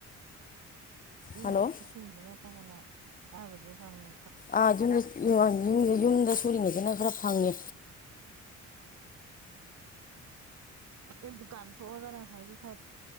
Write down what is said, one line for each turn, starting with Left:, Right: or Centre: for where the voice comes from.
Right: ꯗꯤ
Left: ꯍꯜꯂꯣ
Right: ꯁꯣꯏꯔꯤꯗꯅ ꯀꯥ ꯍꯦꯟꯅ ꯀꯥꯅꯕꯁꯦ ꯐꯪꯅ
Left: ꯑ ꯑꯗꯨꯅ <unintelligible> ꯌꯨꯝꯗ ꯌꯨꯝꯗ ꯁꯨꯔꯤꯉꯩꯗꯅ ꯈꯔ ꯐꯪꯉꯦ
Right: ꯑ ꯗꯨꯀꯥꯟ ꯊꯣꯛꯑꯒ ꯉꯁꯥꯏꯒꯤ ꯈꯔ